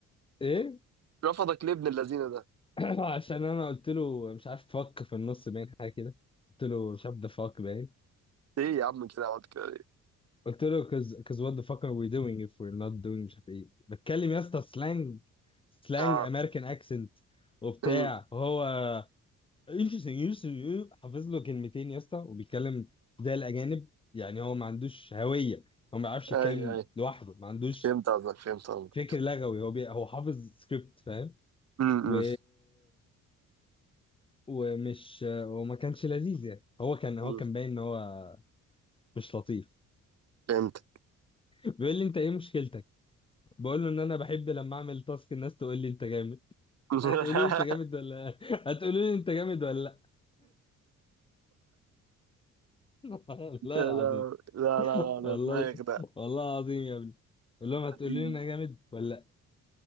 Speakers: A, on the left (about 20°); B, on the right (about 55°).
A: ايه؟
B: رفضك ليه ابن اللذينه ده
A: <clears throat> عشان انا قلت له مش عارف فك في النص باين حاجه كده قلت له مش عارف ده فك باين
B: ايه يا عم كده عملت كده ليه
A: قلت له cause, cause what the fuck are we doing if we're not doing مش عارف ايه بتكلم يا اسطى سلانج سلانج
B: اه
A: امريكان اكسنت وبتاع
B: أمم.
A: هو يوشي يوشي يو حافظ له كلمتين يا اسطى وبيتكلم زي الاجانب يعني هو ما عندوش هويه هو ما بيعرفش
B: اي
A: يتكلم
B: اي
A: لوحده ما عندوش
B: فهمت قصدك فهمت قصدك
A: فكر لغوي هو بي... هو حافظ سكريبت فاهم
B: أمم،
A: و...
B: أمم،
A: ومش وما كانش لذيذ يعني هو كان هو
B: أمم.
A: كان باين ان هو مش لطيف
B: فهمت
A: <laughs> بيقول لي انت ايه مشكلتك بقول له ان انا بحب لما اعمل تاسك الناس تقول لي انت جامد
B: <laughs>
A: هتقولوا لي انت جامد ولا <laughs> هتقولوا لي انت جامد ولا لا <laughs> والله
B: يا لهوي.
A: العظيم
B: لا لا
A: والله
B: لا ده دماغك ده
A: والله العظيم يا ابني قول لهم
B: <laughs>
A: هتقول لي انا جامد ولا لا